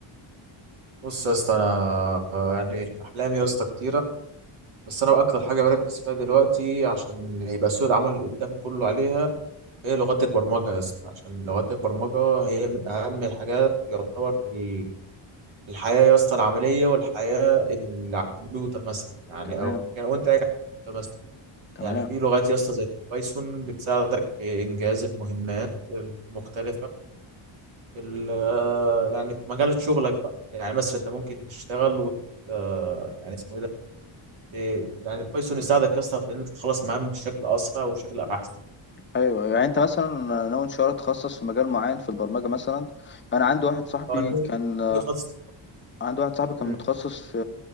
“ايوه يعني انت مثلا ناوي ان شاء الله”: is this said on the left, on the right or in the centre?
Left